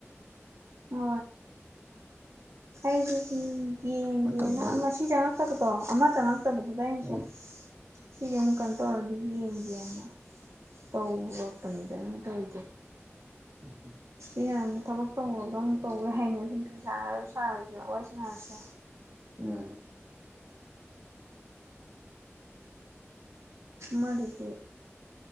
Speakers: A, on the right; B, on the right.
A: ꯍ ꯀꯩꯗꯤ ꯌꯦꯡꯒꯦꯅ
B: ꯃꯇꯝꯗꯣ ꯍꯥꯏꯗꯤ
A: ꯁꯤ ꯆꯪꯉꯛꯇꯕꯗꯣ ꯑꯃ ꯆꯪꯉꯛꯇꯕꯗꯨꯗ ꯑꯩꯅ
B: ꯑꯣ
A: ꯁꯨꯝ ꯁꯤ ꯌꯨꯝ ꯀꯟꯇ꯭ꯔꯧꯔꯗꯤꯕꯤꯅ ꯇꯧ ꯋꯥꯄꯅꯤꯗꯅꯤ ꯇꯧ
B: ꯎꯝꯝ
A: ꯏꯌꯥꯝꯅ ꯊꯕꯛ ꯇꯧꯕꯔꯒ ꯑꯃꯨꯛ ꯇꯧꯋꯦ ꯍꯥꯏꯩꯅꯁꯨ ꯐꯤ ꯁꯥꯔꯁꯨ ꯁꯥꯔꯁꯨꯅ ꯋꯥꯔꯤꯣꯏ ꯁꯥꯔꯁꯨ
B: ꯎꯝ
A: ꯃꯗꯨꯗꯤꯦ